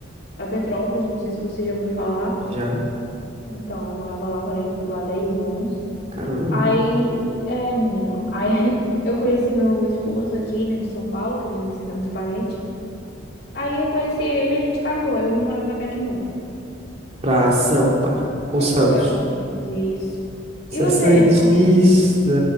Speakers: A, on the left; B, on the right.
A: a Petrópolis, não sei se você já ouviu falar.
B: Já.
A: Então, eu morava lá, morei lá 10 anos.
B: Caramba.
A: Aí, é, menino, aí <laughs> eu conheci meu esposo aqui, né, de São Paulo, que eu fui visitar meus parentes. Aí eu conheci ele e a gente casou. Aí eu vim morar pra cá de novo,
B: pra Sampa ou
A: pra,
B: Santos.
A: pra Santos, isso.
B: Você
A: E você,
B: é santista.
A: é de onde?